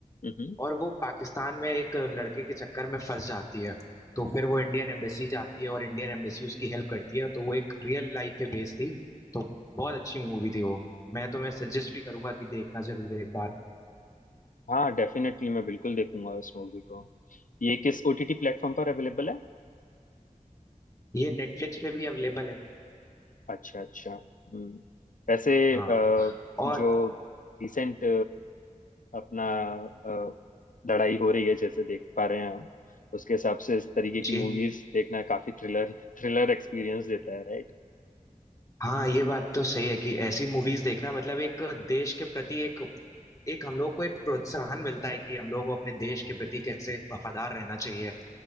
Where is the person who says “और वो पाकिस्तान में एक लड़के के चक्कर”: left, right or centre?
Left